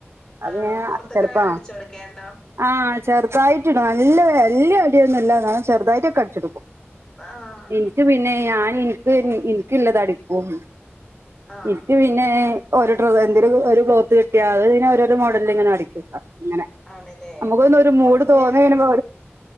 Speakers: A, on the right; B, on the left.
A: അപ്പ
B: ആണോ
A: ഞാൻ
B: പുറത്തൊക്കെ
A: ചെലപ്പാ
B: അടിച്ചൊടുക്കേണ്ടോ
A: ആഹ് ചെറുതായിട്ട് നല്ല വല്ല്യ അടിയൊന്നുല്ല ന്നാലും ചെറുതായിട്ടൊക്ക അടിച്ചെടുക്കും
B: ആഹ്
A: ഇനിക്ക് പിന്നെ ഞാൻ ഇനിക്ക് എനക്ക് ഇല്ലത് അടിക്കും
B: ആഹ്
A: ഇനിക്ക് പിന്നെ ഒരു ഡ്ര ഒരു ക്ലോത്ത് കിട്ടിയാൽ അത് ഓരെ മോടൽ ഇങ്ങനെ അടിക്ക ഇങ്ങനെ
B: ആണല്ലേ
A: നമുക്കൊന്ന ഒരു
B: ഇപ്പൊ
A: മൂട്
B: പിന്നെ
A: തോന്നന പോ